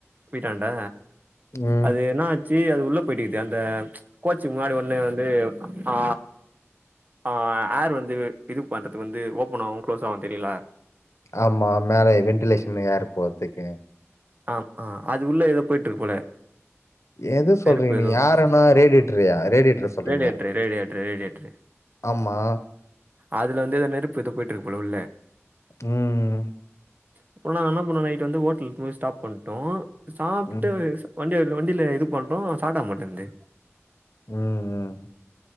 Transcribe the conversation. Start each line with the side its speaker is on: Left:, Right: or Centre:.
Right: வீட்டான்ட
Left: ம்
Right: அது என்னாச் சி அது உள்ள போயிட்டுக்குது அந்த கோச்சி முன்னாடி ஒன்னு வந்து ஆ ஆ ஹார் வந்து இது பண்றதுக்கு வந்து ஓபன் ஆவும் க்ளோஸ் ஆவும் தெரியுல
Left: ஆமா மேல வென்டிலேஷன் ஏர் போர்துக்கு
Right: ஆம் ஆ அது உள்ள ஏதோ போயிட்டுருக்கு போல
Left: எத சொல்றீங்க
Right: நெருப்பு ஏதோ
Left: நீ யாருனா ரேடியட்டர்யா ரேடியேட்டர் சொல்றீங்
Right: ரெடியேட்ரு ரெடியேட்ரு ரெடியேட்ரு
Left: ஆமா
Right: அதுல வந்து எதோ நெருப்பு ஏதோ போயிட்டுருக்கு போல உள்ள
Left: ம்
Right: அப்பொ நாங்க என்ன பண்ணோ நைட் வந்து ஹோட்டலு போய் ஸ்டாப் பண்ட்டோ சாப்ட்டுட்டு
Left: ம்
Right: வண்டியெடுக் வண்டில இது பண்றோ சாட்டாக மாட்டேந்து
Left: ம் ம்